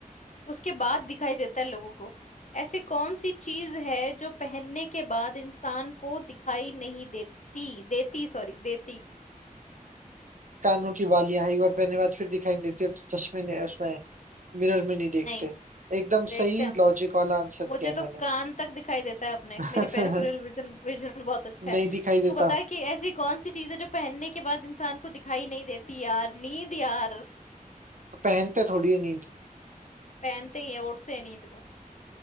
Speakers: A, on the left; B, on the right.
A: उसके बाद दिखाई देता है लोगों को ऐसी कौन सी चीज है जो पहनने के बाद इंसान को दिखाई नहीं देती देती सॉरी देती
B: कानों की बालियां हैं एक बार पहनने के बाद फिर दिखाई नहीं देती अब तो चश्मे ने उसमें मिरर में नहीं देखते
A: नहीं
B: एकदम
A: देखते
B: सही
A: हैं हम
B: लॉजिक
A: तो
B: वाला आंसर दिया
A: मुझे
B: है
A: तो
B: मैंने
A: कान तक दिखाई देता है अपने
B: <laughs>
A: मेरी पेरिफेरल विजन विजन बहुत अच्छा है
B: नहीं दिखाई देता
A: तू बता कि ऐसी कौन सी चीज है जो पहनने के बाद इंसान को दिखाई नहीं देती यार नींद यार
B: पहनते थोड़ी है नींद
A: पहनते ही है ओढ़ते हैं नींद को